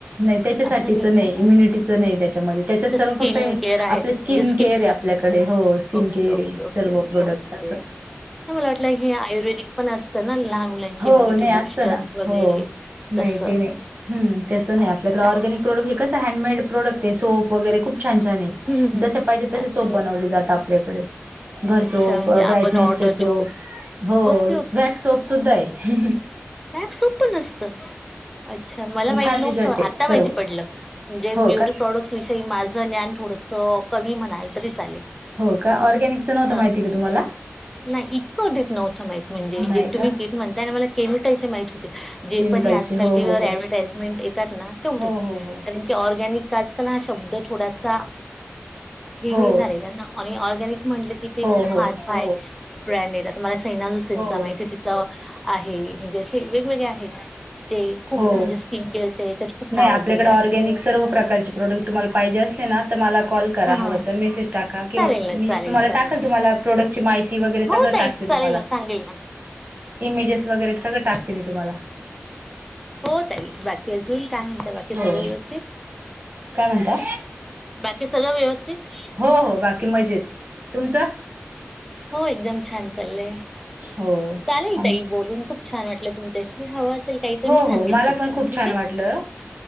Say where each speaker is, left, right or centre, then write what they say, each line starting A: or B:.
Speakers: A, on the right; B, in the centre.
A: नाही त्याच्यासाठीच
B: असं
A: नाही
B: का?
A: इम्युनिटी. त्या त्याच्यात सर्व
B: स्किन
A: फक्त
B: केअर आहेत
A: आप स्किन
B: म्हणजे
A: केअर आहे आपल्याकडे हो. Skin
B: okay
A: care
B: okay okay
A: सलव प्रॉडक्ट
B: ओके.
A: तसं.
B: मला वाटलं हे आयुर्वेदिक पण असतं ना लहान मुलांची
A: हो
B: इम्युनिटी
A: नाही असतं
B: बुस्टर्स
A: ना
B: वगैरे.
A: हो
B: तसं
A: नाही ते नाही त्याच नाही
B: अच्छा
A: आपल्याकडे ऑरगॅनिक. प्रोडक् हे कं हँडमेड प्रोडक्ट सोप वगैरे खूप छान छान आहे.
B: हम्म हम्म
A: जस पाहिजे तसे
B: अच्छा.
A: सोप बनवली जात आपल्याकडे. घर
B: अच्छा
A: सोप
B: म्हणजे आपण
A: बॅटनेसचे
B: ऑर्डर देऊ
A: सोप. हो
B: ओके
A: वॅक्स सोप सुद्धा आहे.
B: बॅग सोप नसत अच्छा मला
A: पण
B: माहित
A: छान
B: नव्हत
A: रिझल्ट
B: आता
A: आहे सर्व
B: माहिती पडलं म्हणजे
A: हो
B: ब्युटी
A: का
B: प्रॉडक्ट त्याविषयी माझं ज्ञान थोडसं कमी म्हणाल तरी चालेल
A: हो का ऑर्गॅनिकचं नव्हतं
B: हा
A: माहिती का तुम्हाला
B: नाही इतकं ेप नव्हतं माह म्हणे
A: नाही
B: तुम्ही
A: का
B: किटणताय म केम मा जे
A: केमिकलचे
B: पण आजलीव्हटामें
A: हो हो हो
B: येतात ना तेवेच
A: हो हो
B: ी ऑर्गॅनिक आजकाल हा शब्द थोडासा हे
A: हो
B: नाही झालेला ना आणि ऑर्गॅनिक म्हटलं किथ
A: हो
B: खूप
A: हो
B: हायफा
A: हो
B: आहे. फ्रँड येत आता मला सैना जुसेनचा
A: हो
B: माहिती तिचं आहे. वेगवेगळे आहेत जे खूप
A: हो.
B: म्हणजे स्किन केअर याच्यात खूप
A: नाही
B: नावाजलेले
A: आपल्याकडे
B: आहेत.
A: ऑर्गॅनिक सर्व प्रकारचे प्रोडक्ट तुम्हाला पाहिजे असले ना तर मला कॉल. करावत
B: हा हा.
A: मेसेज टाका किं
B: चालेल ना
A: मी
B: चालेल
A: तुम्हाला
B: चालेल
A: टाकाल तुम्हाला प्रोडक्ट. माहिती वगैरे सगळं
B: हो ताई
A: टाकते
B: चालेल
A: तुम्हाला
B: ना सांगेल ना.
A: इमेजेस वगैरे सगळं टाकते मी तुम्हाला.
B: हो तई बाकी अजून काय म्हणत बाकी
A: हो
B: सगळं व्यवस्थित.
A: काय म्हणता
B: बाकी सगळं व्यवस्थित.
A: हो हो बाकी मजेत तुमचं
B: हो एकदम छान चाललय
A: हो
B: चालेल
A: आम
B: तई बोलून खूप. छान वाटलं तुमच्याशी हवा असेल.
A: हो
B: मी सांग
A: हो मला
B: तुम्हाला
A: पण खूप
B: ठीक
A: छान वाटलं